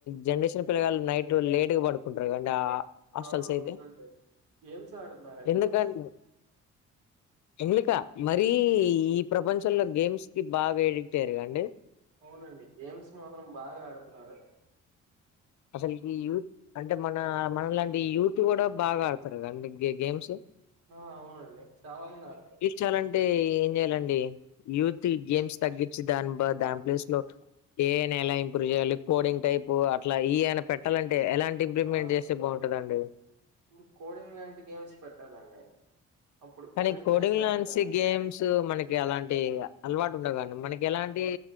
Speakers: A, on the left (about 70°); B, on the right (about 85°).
A: జనరేషన్ పిల్లగాళ్ళు నైట్ లేట్గా పడుకుంటారు కదండి ఆ హాస్టల్స్
B: ఆ
A: అయితే
B: అవునండి గేమ్స్ ఆడుతున్నారండి
A: ఎందుకం
B: ఫస్
A: ఎందుక మరీ ఈ ప్రపంచంలో గేమ్స్ కి బాగా ఎడిక్ట్ అయ్యారుకండి
B: అవునండి గేమ్స్ మాత్రం బాగా ఆడుతున్నారు
A: అసలుకి యు అంటే మన మన లాంటి యూత్ కూడా బాగా ఆడతారు కదండి గ్ గేమ్స్
B: ఆ అవునుడి చాలా మంది ఆడుతారు
A: చాలంటే ఏం చేయ్యాలండి యూత్ గేమ్స్ తగ్గించి దాని బ దాని ప్లేస్ లో ఏఐ ని ఎలా ఇంప్రూవ్ చేయాలీ కోడింగ్ టైప్ అట్ల ఏఐ ని పెట్టాలంటే ఎలాంటి ఇంప్లిూవ్మెంట్
B: ఆ
A: చేస్తే బాగుంటదండి
B: ఇప్పుడు కోడింగ్ లాంటి గేమ్స్ పెట్టాలండి అప్పుడు
A: కానీ కోడింగ్
B: చేస్తారు
A: లంసి
B: కదా
A: గేమ్స్ మనకి అలాంటి అలవాటు ఉండవుక అండి మనకి ఎలాంటి